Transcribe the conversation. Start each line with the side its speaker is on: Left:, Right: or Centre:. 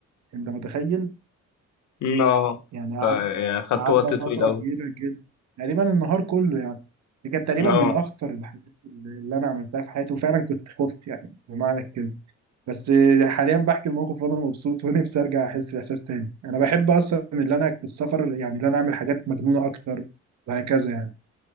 Right: انت متخيل
Left: مم، اه
Right: يعني قعد
Left: ف- يعني خدت
Right: قعدنا
Left: وقت
Right: فترة
Left: طويل أوي
Right: كبيرة جدا تقريبا النهار كله يعني دي كانت تقريبا
Left: اه
Right: من أخطر الحاجات اللي اللي أنا عملتها في حياتي وفعلا كنت خفت يعني بمعنى الكلمة بس حاليا بحكي الموقف وأنا مبسوط <laughs> ونفسي أرجع أحس الإحساس تاني أنا بحب أصلا اللي أنا في السفر يعني اللي أنا أعمل حاجات مجنونة أكتر وهكذا يعني